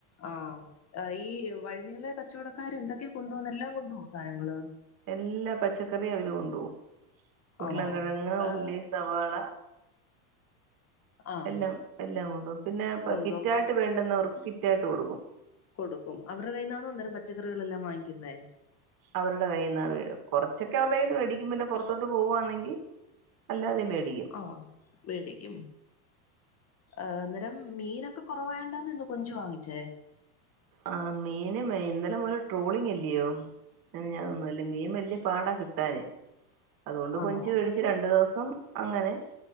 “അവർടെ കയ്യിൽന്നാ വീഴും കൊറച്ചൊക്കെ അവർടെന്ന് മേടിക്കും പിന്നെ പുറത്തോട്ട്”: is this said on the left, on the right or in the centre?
Right